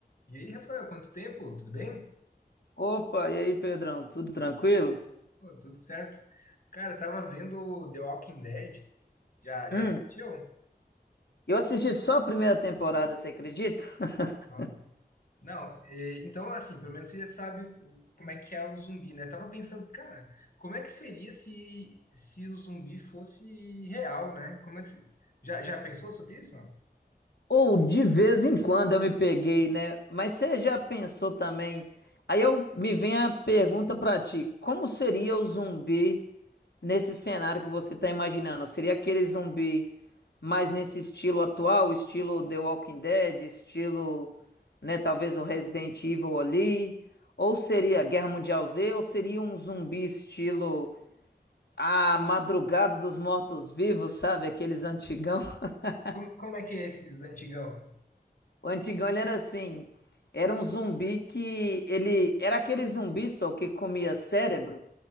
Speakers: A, on the left; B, on the left.
A: E aí, Rafael, quanto tempo? Tudo bem?
B: Opa, e aí, Pedrão, tudo tranquilo?
A: Pô, tudo certo. Cara, eu tava vendo The Walking Dead. Já, já
B: Hum,
A: assistiu?
B: eu assisti só a primeira temporada, você acredita? <laughs>
A: Nossa. Não, e- então, assim, pelo menos você já sabe o- como é que é o zumbi, né? Eu tava pensando, cara, como é que seria se, se o zumbi fosse real, né? Como é que se- já, já pensou sobre isso?
B: Ou de vez em quando eu me peguei, né? Mas você já pensou também? Aí eu me vem a pergunta pra ti, como seria o zumbi nesse cenário que você tá imaginando? Seria aquele zumbi mais nesse estilo atual, estilo The Walking Dead, estilo, né, talvez o Resident Evil ali, ou seria Guerra Mundial Z, ou seria um zumbi estilo A Madrugada dos Mortos-Vivos, sabe? Aqueles antigão. <laughs>
A: Como, como é que é esses antigão?
B: O antigão, ele era assim, era um zumbi que ele era aquele zumbi só que comia cérebro,